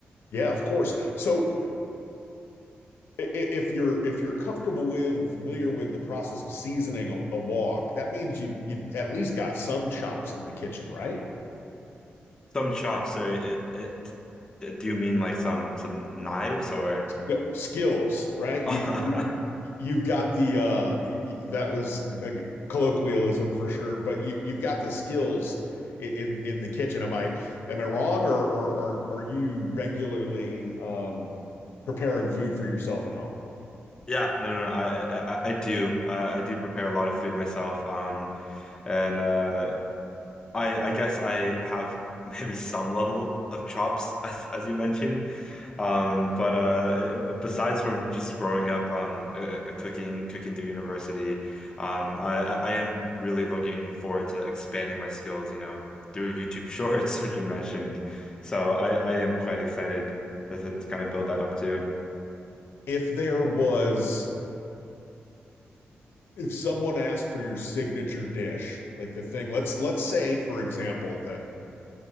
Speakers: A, on the left; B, on the left.
A: Yeah, of course. So if you're if you're comfortable with and familiar with the process of seasoning a, a wok, that means you've you've at least got some chops in the kitchen, right?
B: Some chops, so it, it, d- do you mean like some some knives or?
A: Yeah, Skills, right?
B: <laughs>
A: You've you, you've got the uh y- that was a colloquialism for sure, but you you've got the skills i- in in the kitchen. Am I am I wrong or or are are you regularly um preparing food for yourself at home?
B: Yeah, no, no, no, I, I, I I do. I, I do prepare a lot of food myself. Um, and uh, I I guess I have <laughs> maybe some level of chops <laughs> as as you mentioned. Um, but uh, uh, besides from just growing up, um, uh, uh, cooking cooking through university, um, I I I am really looking forward to expanding my skills, you know, through YouTube Shorts, <laughs> which you mentioned. So I I am quite excited to, to kind of build that up too.
A: If there was if someone asked for your signature dish, like the thing, let's let's say, for example, that